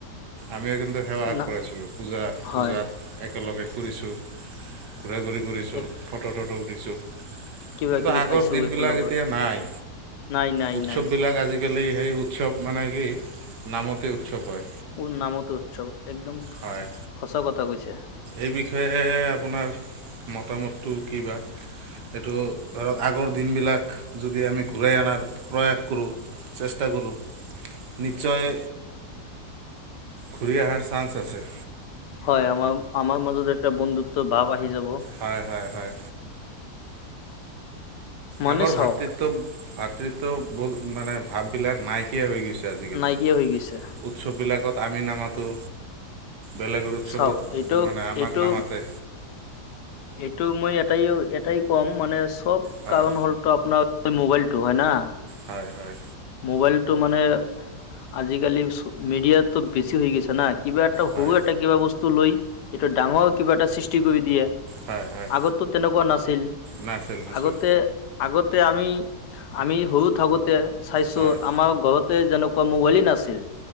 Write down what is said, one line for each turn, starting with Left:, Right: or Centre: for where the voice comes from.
Right: আমিও কিন্তু সেৱা আগবঢ়াইছিলোঁ,
Left: না হয়
Right: পূজাত একেলগে ফুৰিছোঁ। ঘূৰা ঘূৰি ঘূৰিছোঁ,
Left: এক
Right: ফটো টটো উঠিছোঁ।
Left: কিবা
Right: কিন্তু
Left: কিবি
Right: আগৰ
Left: খাইছো
Right: দিনবিলাক
Left: একেলগত
Right: এতিয়া নাই।
Left: নাই নাই
Right: উৎসৱবিলাক
Left: নাই
Right: আজি কালি সেই উৎসৱ মানে কি নামতে উৎসৱ হয়।
Left: উৰ নামতে উৎসৱ, একদম
Right: হয়
Left: সঁচা কথা কৈছে।
Right: এই বিষয়ে আপোনাৰ মতামতটো কি বা। সেইটো ধৰক আগৰ দিনবিলাক যদি আমি ঘূৰাই আনাৰ প্ৰয়াস কৰোঁ চেষ্টা কৰোঁ, নিশ্চয় ঘূৰি আহাৰ চান্স আছে।
Left: হয় আমাৰ আমাৰ মাজত এটা বন্ধুত্ব ভাৱ আহি যাব।
Right: হয়, হয়, হয়।
Left: মানে
Right: আগৰ
Left: চাওক
Right: ভাতৃত্ব ভাতৃত্ব বোধ মানে ভাববিলাক নাইকিয়া হৈ গৈছে। আজিকালি।
Left: নাইকিয়া হৈ গৈছে
Right: উৎসৱবিলাকত আমি নামাতো বেলেগৰ উৎসবত
Left: চাওক এইটো
Right: মানে আমাক
Left: এইটো
Right: নামাতে।
Left: এইটো মই এটাই এটাই ক'ম মানে চব
Right: হয়
Left: কাৰণ হ'লটো আপোনাক মোবাইলটো হয়ে না।
Right: হয়, হয়।
Left: মোবাইলটো মানে আজিকালি মিডিয়াতো বেছি হৈ গৈছে না কিবা এ হু
Right: হয়
Left: এটা কিবা বস্তু লৈ এইটো ডাঙৰ কিবা এটা সৃষ্টি কৰি দিয়ে।
Right: হয় হয়
Left: আগতটো তেনেকুৱা নাছিল,
Right: নাছিল নাছিল
Left: আগতে আগতে আমি আমি সৰু থাকোঁতে চাইছো
Right: হয়
Left: আমাৰ ঘৰত তে যেনেকুৱা মোবাইলে নাছিল।